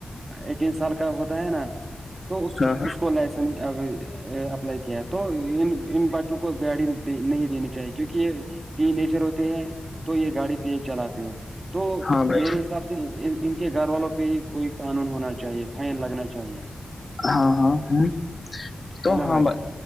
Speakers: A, on the right (about 40°); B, on the left (about 35°).
A: ایٹین سال کا ہوتا ہے نا تو اس
B: ہاں
A: اس کو لائسنس اپلائی کیا ہے تو ان ان بچوں کو گاڑی نہیں دینی چاہیے کیونکہ یہ جر ہوتے ہیں تو یہ گاڑی تیز چلاتے ہیں تو
B: ہاں بھائی
A: میرے حساب ان کے گھر والوں پہ ہی کوئی قانون ہونا چاہیے فائن لگنا چاہیے
B: ہاں ہاں ہ تو
A: ہے نا
B: ہم
A: بھائی جان